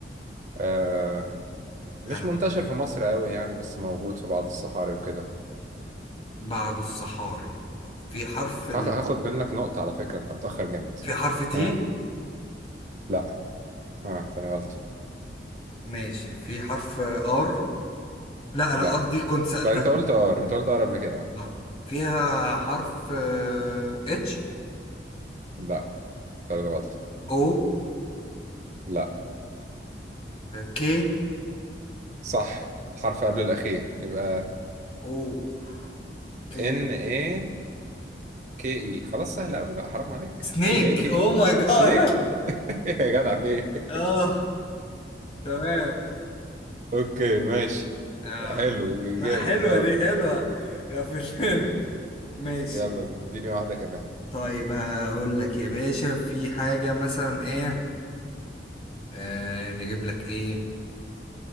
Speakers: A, on the right; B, on the left.
A: آه، مش
B: انا
A: منتشر في مصر قوي يعني بس موجود في بعض الصحاري وكده
B: بعد الصحاري طب في حرف ال...
A: هاخ- هاخد منك نقطة على فكرة انت متأخر جامد
B: في حرف تي
A: اه لا اه تاني غلط
B: ماشي في حرف ار لا انا
A: لا
B: ار دي كنت سألتها
A: لا انت قلت ار انت قلت ار قبل كده
B: آه. فيها حرف اتش
A: لا تالت غلط
B: او
A: لا
B: كي
A: صح حرف قبل الأخير يبقى
B: او كي
A: ان اي كي اي خلاص سهل قوي بقى حرام عليك
B: سنيك
A: ان اي كي
B: او
A: اي
B: ماي جاد
A: سنيك <laughs> يا جدع في ايه
B: <laughs> اه تمام
A: اوكي ماشي
B: اه
A: حلو
B: لا
A: جامد
B: حلوة
A: يلا
B: دي حلوة غفلتني <laughs> ماشي
A: يلا اديني واحدة كمان
B: طيب هقول لك يا باشا في حاجة مثلا ايه آه نجيب لك ايه